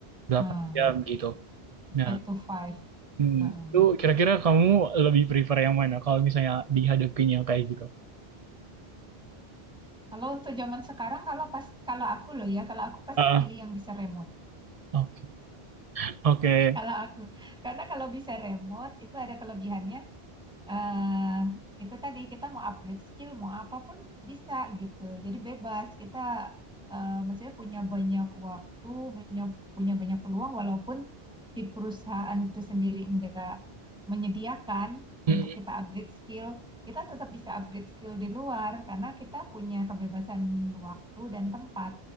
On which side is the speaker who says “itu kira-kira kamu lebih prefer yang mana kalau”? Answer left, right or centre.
Right